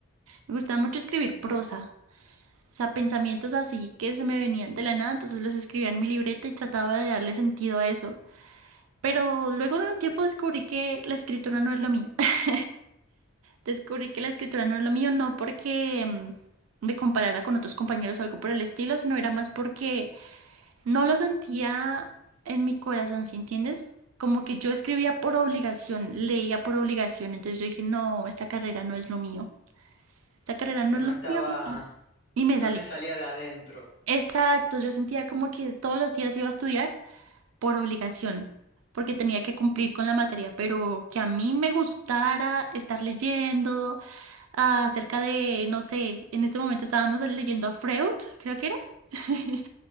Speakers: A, on the right; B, on the left.
A: me gustaba mucho escribir prosa, o sea, pensamientos así que se me venían de la nada, entonces los escribía en mi libreta y trataba de darle sentido a eso. Pero luego de un tiempo descubrí que la escritura no es lo mío. <laughs> Descubrí que la escritura no es lo mío, no porque mm, me comparara con otros compañeros o algo por el estilo, sino era más porque no lo sentía en mi corazón, ¿sí entiendes? Como que yo escribía por obligación, leía por obligación, entonces yo dije, no, esta carrera no es lo mío, esta carrera no
B: Pero
A: es
B: no
A: lo
B: estaba,
A: mío y, y me
B: no
A: salí.
B: te salía de adentro.
A: Exacto, yo sentía como que todos los días iba a estudiar por obligación, porque tenía que cumplir con la materia, pero que a mí me gustara estar leyendo ah, acerca de, no sé, en este momento estábamos leyendo a Freud, creo que era. <laughs>